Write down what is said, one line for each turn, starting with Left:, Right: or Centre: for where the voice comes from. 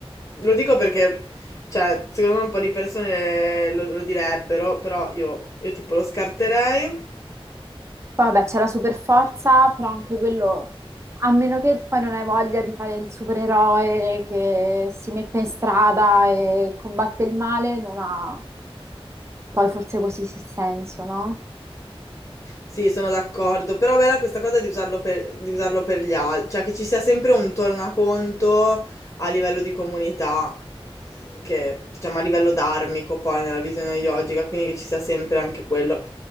Left: lo dico perché cioè, secondo me un po' di persone lo, lo direbbero, però io, io tipo lo scarterei.
Right: Poi vabbè, c'è la super forza, però anche quello, a meno che poi non hai voglia di fare il supereroe che si mette in strada e combatte il male, non ha poi forse così sì senso, no?
Left: Sì, sono d'accordo, però bella questa cosa di usarlo per, di usarlo per gli altri, cioè che ci sia sempre un tornaconto a livello di comunità, mm, che diciamo a livello dharmico poi nella visione yogica, quindi che ci sia sempre anche quello.